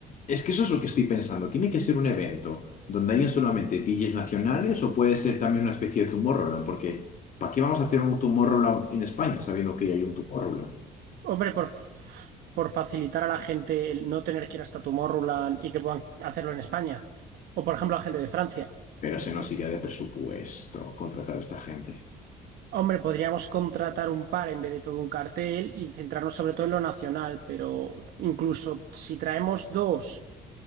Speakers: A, on the left; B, on the right.
A: Es que eso es lo que estoy pensando. ¿Tiene que ser un evento donde hayan solamente DJs nacionales o puede ser también una especie de Tomorrowland? Porque ¿para qué vamos a hacer un Tomorrowland en España sabiendo que ya hay un Tomorrowland?
B: Hombre, por, f- por facilitar a la gente el no tener que ir hasta Tomorrowland y que puedan hacerlo en España. O por ejemplo, a gente de Francia.
A: Pero se nos iría de presupuesto contratar a esta gente.
B: Hombre, podríamos contratar un par en vez de todo un cartel y centrarnos sobre todo en lo nacional, pero incluso si traemos dos